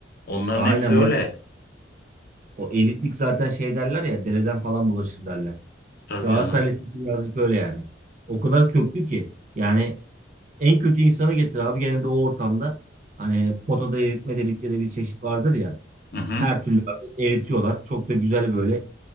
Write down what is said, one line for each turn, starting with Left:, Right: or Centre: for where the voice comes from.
Left: Onların
Right: Aynen
Left: hepsi öyle.
Right: bak o elitlik zaten şey derler ya dereden falan bulaşır derler.
Left: Tabii
Right: Galatasaray
Left: canım.
Right: Lisesi birazcık öyle yani. O kadar köklü ki. Yani en kötü insanı getir abi. Genelde o ortamda hani potada eritme dedikleri bir çeşit vardır ya.
Left: Hı hı.
Right: Her türlü abi eritiyorlar. Çok da güzel böyle